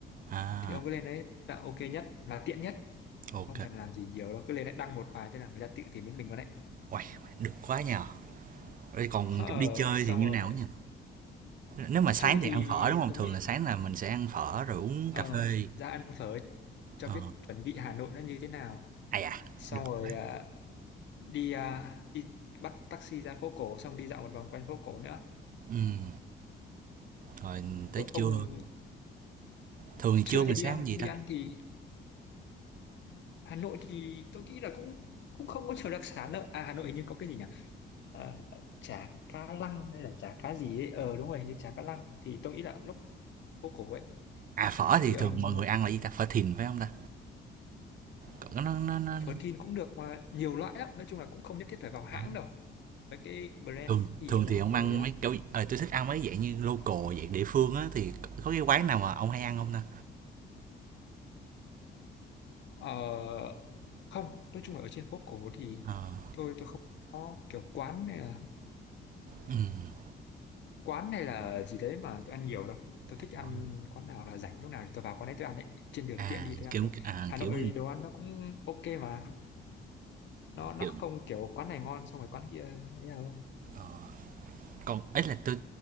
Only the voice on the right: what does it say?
à,
ô
Uầy, được quá nhỉ! Vậy còn
chỗ đi chơi
thì như
nào á nhỉ? nếu mà
sáng
thì
ăn phở, đúng không
Thường
là sáng là mình sẽ ăn phở rồi uống
cà phê.
Ờ,
à da,
được
quá.
Ừm, rồi tới
trưa,
thường thì trưa
mình
sẽ
ăn gì
ta?
à, phở thì
thường
mọi người ăn là gì ta? Phở thìn phải không ta? Còn nó nó nó
ờ,
thường
thường
thì ông
ăn
mấy kiểu ờ, tui thích ăn mấy dạng như local, dạng địa phương á, thì có cái quán nào mà ông hay ăn không ta?
Ờ,
ừm,
ờ.
À,
kiểu
à,
kiểu
kiểu
ờ, còn ấy là tôi